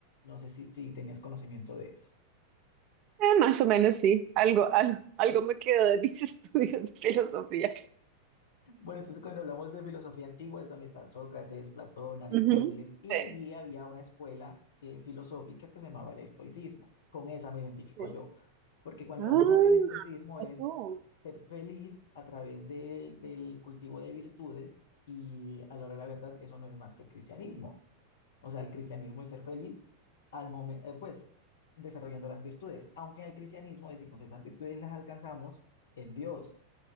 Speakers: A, on the left; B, on the right.
A: No sé si, si tenías conocimiento de eso.
B: Eh, más o menos sí, algo, algo, algo me quedó de mis <laughs> estudios de filosofía.
A: Bueno, entonces cuando hablamos de filosofía antigua es donde está Sócrates, Platón, Aristóteles,
B: Ujú.
A: y
B: Sí,
A: allí había una escuela eh, filosófica que se llamaba el estoicismo. Con esa me identifico
B: sí.
A: yo, porque cuando
B: Ah,
A: vamos a ver el estoicismo es
B: tú.
A: ser feliz a través de- del cultivo de virtudes y a la hora de la verdad eso no es más que cristianismo. O sea, el cristianismo es ser feliz al momento, pues desarrollando las virtudes, aunque en el cristianismo decimos esas virtudes las alcanzamos en Dios